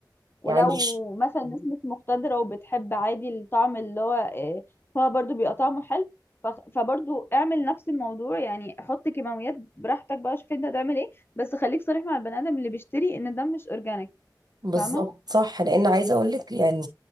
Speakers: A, on the left; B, on the right.
A: ولو
B: يعني
A: مثلا الناس مش مقتدره وبتحب عادي الطعم اللي هو آه، هو برضو بيبقى طعمه حلو فخ- فبرضو اعمل نفس الموضوع يعني حط كيماويات براحتك بقى شوف انت هتعمل ايه بس خليك صريح مع البني ادم اللي بيشتري ان ده مش اورجانيك
B: بالظبط
A: فاهمه
B: صح لان عايزه اقول لك يعني